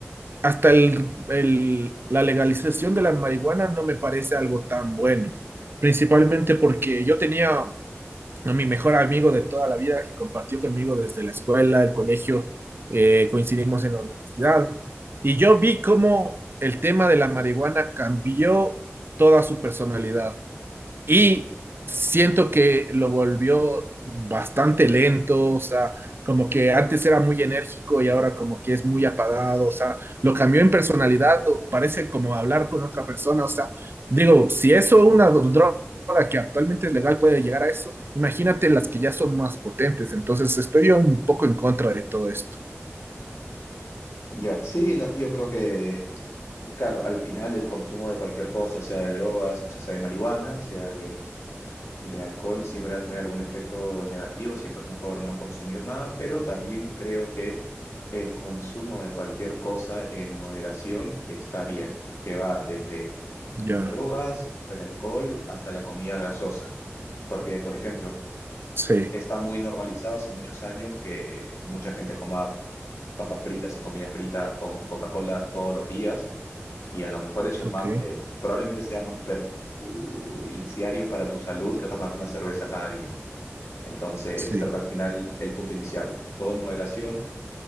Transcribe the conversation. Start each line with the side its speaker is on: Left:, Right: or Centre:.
Right: hasta el, el- la legalización de la marihuana no me parece algo tan bueno, principalmente porque yo tenía a mi mejor amigo de toda la vida que compartió conmigo desde la escuela, el colegio, eh, coincidimos en la universidad, y yo vi cómo el tema de la marihuana cambió toda su personalidad. Y siento que lo volvió bastante lento, o sea, como que antes era muy enérgico y ahora como que es muy apagado, o sea, lo cambió en personalidad, o parece como hablar con otra persona, o sea, digo, si eso una dro- droga que actualmente es legal puede llegar a eso, imagínate las que ya son más potentes, entonces estoy yo un poco en contra de todo esto.
Left: Ya, sí, no, yo creo que, claro, al final el consumo de cualquier cosa, sea de drogas, o sea, sea de marihuana, sea de de alcohol siempre va a tener algún efecto negativo, siempre es mejor no consumir nada, pero también creo que el consumo de cualquier cosa en moderación está bien, que va desde
Right: Ya,
Left: las drogas hasta el alcohol, hasta la comida grasosa. Porque, por ejemplo,
Right: sí,
Left: está muy normalizado hace muchos años que mucha gente coma papas fritas y comida frita con Coca-Cola todos los días, y a lo mejor eso es
Right: ok,
Left: más, es- probablemente sea más perjudiciario para tu salud que tomarte una cerveza cada día. Entonces,
Right: sí.
Left: creo que al final el punto inicial, todo en moderación,